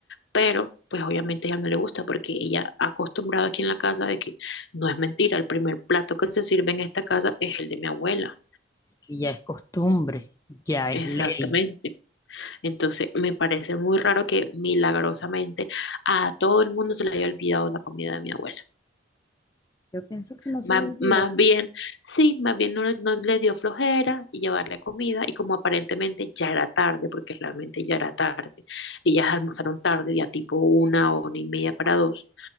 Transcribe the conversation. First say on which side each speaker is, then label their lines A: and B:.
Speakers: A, on the left (about 65°); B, on the left (about 15°).
A: Pero, pues obviamente a ella no le gusta porque ella acostumbrada aquí en la casa de que no es mentira, el primer plato que se sirve en esta casa es el de mi abuela.
B: que ya es costumbre, ya
A: Exactamente.
B: es ley.
A: Entonces, me parece muy raro que milagrosamente a todo el mundo se le haya olvidado la comida de mi abuela.
B: Yo pienso que no
A: Más,
B: se le olvida.
A: más bien, sí, más bien no, le no le dio flojera y llevarle comida y como aparentemente ya era tarde, porque realmente ya era tarde, ellas almorzaron tarde, ya tipo una o una y media para dos,